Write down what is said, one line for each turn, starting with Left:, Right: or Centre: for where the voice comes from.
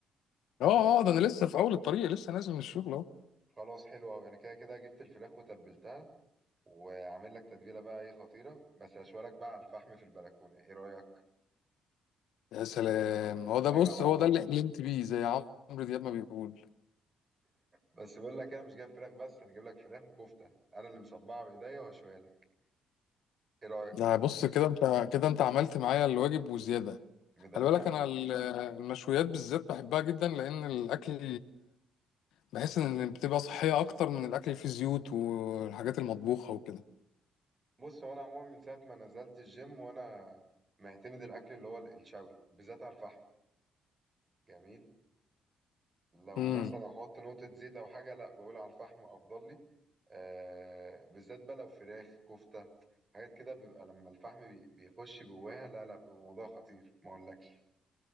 Left: اه اه ده انا لسه في اول الطريق لسه نازل من الشغل
Right: خلاص حلو قوي انا كده كده جبت الفراخ وتبلتها وعامل لك تتبيله بقى ايه خطيره بس هشوي لك بقى على الفحم في البلكونه ايه رايك
Left: يا سلام هو ده
Right: حاجه
Left: بص
Right: عظمه
Left: هو ده اللي حلمت بيه زي عمرو دياب ما بيقول
Right: بس بقول لك إيه، انا مش جايب فراخ بس انا جايب لك فراخ وكفته انا اللي مصبعه بايديا وهشويها لك ايه رايك
Left: يعني بص كده انت كده انت عملت معايا الواجب وزياده
Right: مدلعك
Left: خلي بالك انا ال- <laughs> المشويات بالذات بحبها جدا لان الاكل بحس ان بتبقى صحيه اكتر من الاكل اللي فيه زيوت والحاجات المطبوخه وكده
Right: بص هو انا عموما من ساعه ما نزلت الجيم وانا معتمد الاكل اللي هو الشوي بالذات على الفحم جميل لو
Left: امم
Right: مثلا احط نقطه زيت او حاجه لا بقول على الفحم افضل لي آه بالذات بقى لو فراخ كفته حاجات كده بيبقى لما الفحم بي- بيخش جواها لا لا بيبقى موضوع خطير ما اقولكش